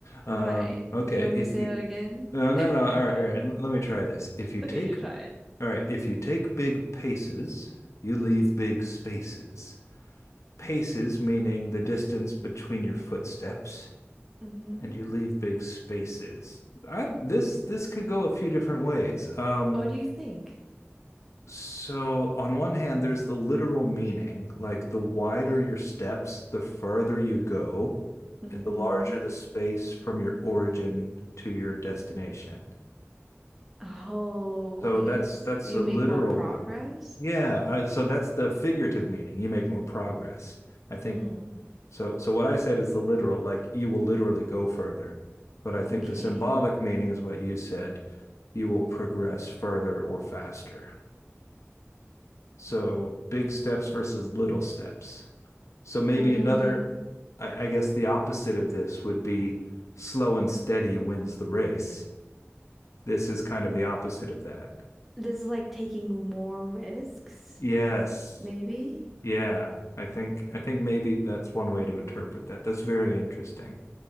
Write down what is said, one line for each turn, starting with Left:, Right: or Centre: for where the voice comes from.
Left: Um,
Centre: Right.
Left: okay.
Centre: Do you want
Left: If
Centre: me to say
Left: you,
Centre: that again?
Left: no, no,
Centre: <laughs>
Left: no. All right. All right. L- Let me try this. If you take,
Centre: Okay, you try it.
Left: all right. If you take big paces, you leave big spaces. Paces meaning the distance between your footsteps.
Centre: Mm-hmm.
Left: and you leave big spaces. I this this could go a few different ways. Um,
Centre: What do you think?
Left: so on one hand, there's the literal meaning, like the wider your steps, the further you go,
Centre: Mm-hmm.
Left: and the larger the space from your origin to your destination.
Centre: Oh,
Left: So
Centre: okay.
Left: that's
Centre: So
Left: that's
Centre: you
Left: a literal
Centre: make more progress?
Left: meaning. Yeah, uh, so that's the figurative meaning. You make more progress. I think
Centre: Mm.
Left: So, so what I said is the literal, like you will literally go further. But I think
Centre: Okay.
Left: the symbolic meaning is what you said. You will progress further or faster. So big steps versus little steps. So maybe
Centre: Mm,
Left: another, I, I guess the opposite of this would be slow and steady wins the race. This is kind of the opposite of that.
Centre: this is like taking more risks,
Left: Yes.
Centre: maybe.
Left: Yeah. I think I think maybe that's one way to interpret that. That's very interesting.